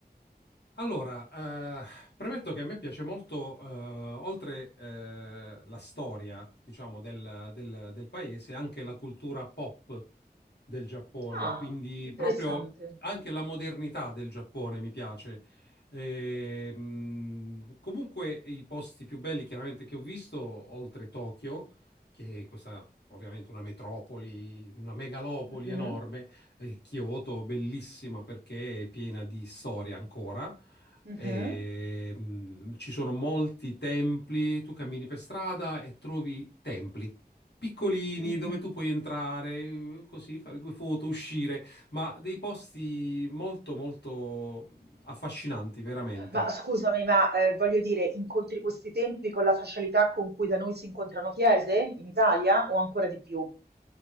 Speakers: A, on the left; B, on the right.
A: Allora, eh, premetto che a me piace molto, eh, oltre eh, la storia, diciamo, del, del- del paese, anche la cultura pop del Giappone,
B: Ah,
A: quindi
B: interessante.
A: proprio anche la modernità del Giappone mi piace. E, mh, comunque i posti più belli chiaramente che ho visto, oltre Tokyo, che è questa ovviamente una metropoli, una megalopoli
B: Mhm,
A: enorme, e Kyoto, bellissima perché è piena di storia ancora.
B: mhm.
A: E, mh, ci sono molti templi, tu cammini per strada e trovi templi piccolini
B: Mhm.
A: dove tu puoi entrare, eh, così fare due foto, uscire, ma dei posti molto molto affascinanti, veramente.
B: Ma scusami, ma, ehm, voglio dire, incontri questi templi con la facilità con cui da noi si incontrano chiese in Italia o ancora di più?